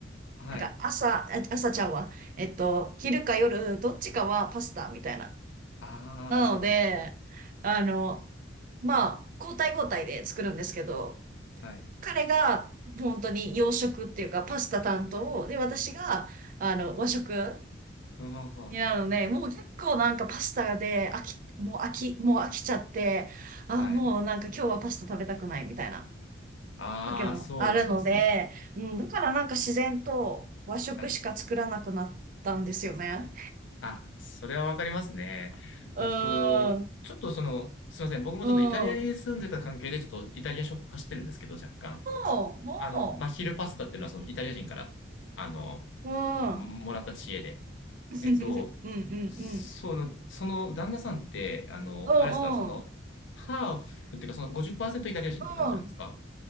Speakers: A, on the left (about 70°); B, on the right (about 45°).
A: はい。
B: なんか朝、あ朝ちゃんは、えっと、昼か夜、どっちかはパスタみたいな。
A: あ
B: なので、あの、まあ、交代交代で作るんですけど、
A: あ、はい。
B: 彼が本当に洋食っていうかパスタ担当で、私が、
A: はい。
B: あの、和食
A: うんほんほん
B: になるので、もう結構なんかパスタで飽き、もう飽き、もう飽きちゃって、あ、
A: はい。
B: もうなんか今日はパスタ食べたくないみたいな。
A: ああ、
B: 時もあるので、
A: そうなんですね。
B: うん、だからなんか自然と和食しか作らなくなったんですよね。
A: はい。あ、それはわかりますね。
B: うーん、
A: うんと、ちょっとその、すいません。僕もちょっとイタリアに住んでた関係で、
B: うん。
A: ちょっとイタリア食化してるんですけど、若干。
B: おう、お
A: あの、まあ、昼パスタっていうのは、そのイタリア人から、あの、
B: う。うん。
A: もらった知恵で。
B: <laughs> うんうんうん。
A: えっと、その、その旦那さんって、あの、
B: うんうん。
A: あれですか、その、ハーフっていうか、その50%イタリア人って感じなんですか
B: うん